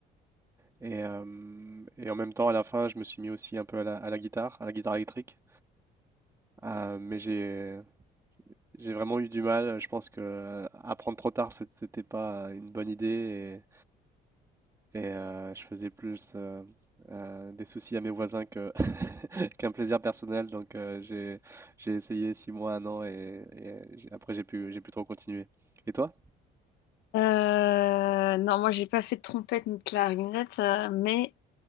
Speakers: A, on the right; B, on the left.
A: et, euh, et en même temps à la fin je me suis mis aussi un peu à la, à la guitare, à la guitare électrique. Euh, mais j'ai J'ai vraiment eu du mal. Je pense que euh, apprendre trop tard, c'est- c'était pas une bonne idée et, et, euh, je faisais plus euh, euh, des soucis à mes voisins que <laughs> qu'un plaisir personnel. Donc euh, j'ai j'ai essayé six mois, un an et, et j'ai- après j'ai pu j'ai plus trop continuer. Et toi?
B: Euh, non, moi j'ai pas fait de trompette ni de clarinette, euh, mais